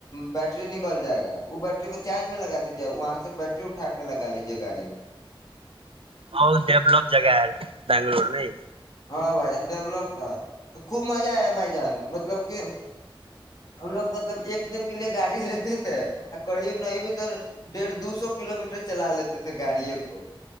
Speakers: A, on the left; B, on the right.
A: بیٹری نکل جائے گا وہ بٹری بیٹری کو چارج میں لگ دیجیے وہاں سے بیٹری اٹھا کے لگا لیجیے گاڑی میں
B: ب ڈولپ جگا ہے بگلور نہیں
A: ہاں بھائی جان ڈیولپ تھا تو خوب مزہ آیا بھائی جان مطلب کہ ہم لوگ مطلب ایک دن کے لیے گاڑی لیتے تھے قریب نہیں بھی تو ڈیڑھ دو سو کلو میٹر چلا لیتے تھے گاڑیے کو